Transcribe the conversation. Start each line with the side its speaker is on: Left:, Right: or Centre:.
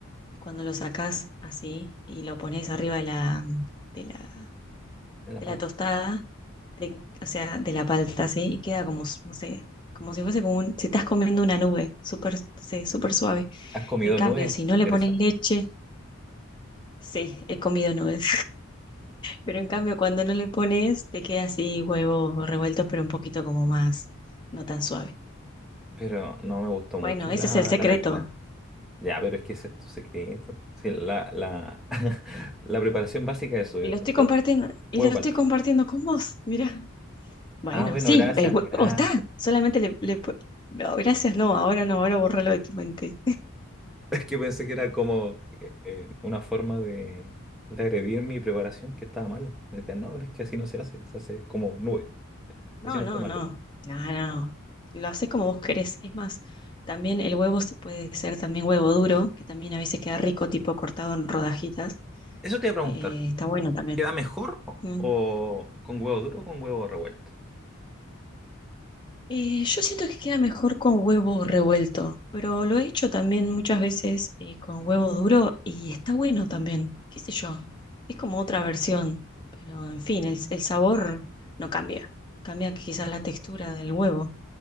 Left: Y cuando lo sacás así y lo pones arriba de la, de la,
Centre: de la
Left: de
Centre: palta.
Left: la tostada, te- o sea, de la palta, así, y queda como, s- no sé, como si fuese como un, si estás comiendo una nube, súper, sí, súper suave.
Centre: ¿Has comido
Left: En cambio,
Centre: nube?
Left: si no
Centre: Interesante.
Left: le pones leche, sí, he comido nubes. Pero en cambio, cuando no le pones, te queda así huevo revuelto, pero un poquito como más, no tan suave.
Centre: Pero no me gustó mucho
Left: Bueno,
Centre: la,
Left: ese es el secreto.
Centre: la mezcla. Ya, pero es que ese es tu secreto. Sí, la, la, <laughs> la preparación básica es eso,
Left: Y
Centre: eh,
Left: lo estoy
Centre: hue-
Left: compartiendo, y
Centre: huevo
Left: lo estoy
Centre: palta.
Left: compartiendo con vos, mirá. Bueno,
Centre: Ah, bueno,
Left: sí,
Centre: gracias,
Left: el huevo
Centre: gracias.
Left: está. Solamente
Centre: sí. <laughs>
Left: le, le pu- No, gracias, no, ahora no, ahora bórralo de tu mente.
Centre: Es que pensé que era como eh, eh, una forma de, de agredir mi preparación que estaba mal. Me decían, no, pero es que así no se hace, se hace como nube.
Left: No,
Centre: O si no
Left: no,
Centre: está malo.
Left: no, no, no. Lo haces como vos querés. Es más, también el huevo se puede ser también huevo duro, que también a veces queda rico, tipo cortado en rodajitas.
Centre: Eso te iba a preguntar.
Left: Eh, está bueno también.
Centre: ¿Queda mejor o,
Left: Mm.
Centre: o con huevo duro o con huevo revuelto?
Left: Eh, yo siento que queda mejor con huevo revuelto, pero lo he hecho también muchas veces eh, con huevo duro y está bueno también, qué sé yo, es como otra versión, pero en fin, el, el sabor no cambia, cambia quizás la textura del huevo,